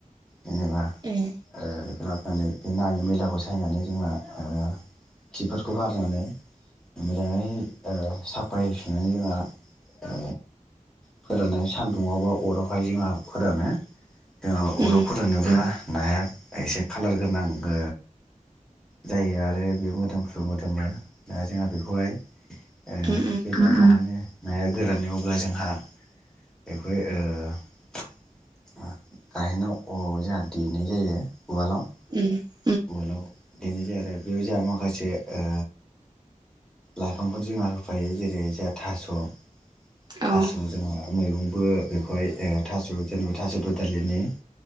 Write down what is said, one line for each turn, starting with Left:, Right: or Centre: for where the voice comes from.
Centre: जेनेबा
Right: उम
Centre: ओ लाबनानै बे नानि मैलाखौ सायनानै जोंहा ओ खिफोरखौ गारनानै मोजाङै ओ साफ बायसानै जोंहा ओ फोराननानै सान्दुंङावबा अरावहाय जोंहा फोरानो। जोंहा अर'याव
Right: उम
Centre: फोरानोब्ला नाया एसे खालार गोनां ओ जायो आरो बे मोदोमफ्रु मोदोमो दा जोंहा बेखौहाय ए
Right: उम
Centre: <unintelligible> जानो। नाया गोरानो ऐवब्ला जोंहा बेखौ ओ गाहेनाव अर जोंहा दैनाय जायो उवालाव।
Right: <unintelligible>
Centre: उवालआव देनाय जायो आरो बेयाव जोंहा माखासे ओ लाइफांफोर जोंहा होफायो जेरै जोंहा थास'
Right: औ
Centre: थास'
Right: उम
Centre: जोंहा मैगंबो बेखौहाय ओ थास' जेनेबा थास' दुदालिनि